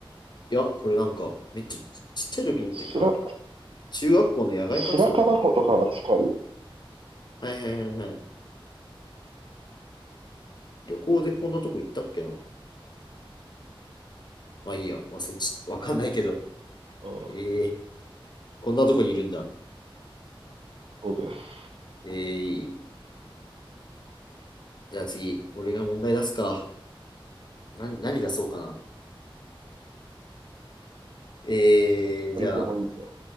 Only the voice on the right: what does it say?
白、
白樺湖とかは近いよ。
ああ、
そうです。
なんでもいいぞ。